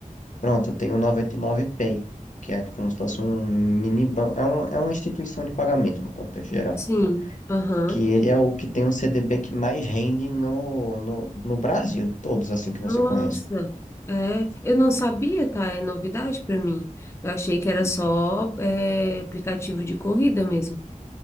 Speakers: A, on the left (about 65°); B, on the left (about 20°).
A: Pronto, tem o 99 Pay, que é como se fosse um mini banco, é uma, é uma instituição de pagamento no contexto geral,
B: Sim, aham.
A: que ele é o que tem um CDB que mais rende no, no, no Brasil, de todos assim que
B: Nossa,
A: você conhece.
B: é, eu não sabia, tá? É novidade para mim. Eu achei que era
A: N-
B: só é, aplicativo de corrida mesmo.